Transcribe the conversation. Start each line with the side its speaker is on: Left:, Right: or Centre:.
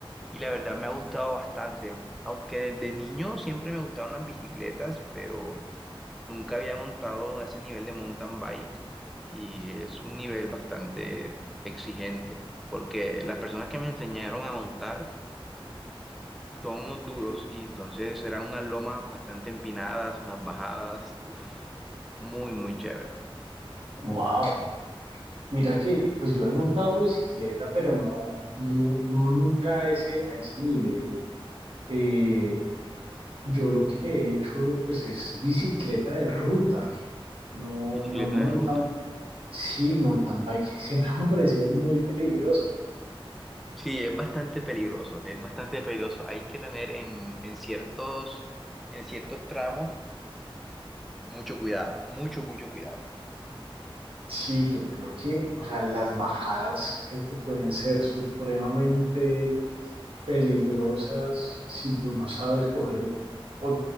Centre: y la verdad me ha gustado bastante. Aunque de niño siempre me gustaron las bicicletas, pero Nunca había montado a ese nivel de mountain bike y es un nivel bastante exigente porque las personas que me enseñaron a montar son unos duros y entonces eran unas lomas bastante empinadas, unas bajadas, uf, muy, muy chévere.
Right: Wow, mira que, pues yo he montado bicicleta, pero no, no, no nunca a ese, a ese nivel. Eh, yo lo que he hecho, pues es bicicleta de ruta, no,
Centre: Bicicleta
Right: no mountain
Centre: de ruta.
Right: Sí, mountain bike <laughs> siempre me ha parecido muy peligroso.
Centre: Sí, es bastante peligroso, es bastante peligroso. Hay que tener en, en ciertos, en ciertos tramos mucho cuidado, mucho, mucho cuidado.
Right: Sí, yo creo que, o sea, las bajadas creo que pueden ser supremamente peligrosas si tú no sabes coger, o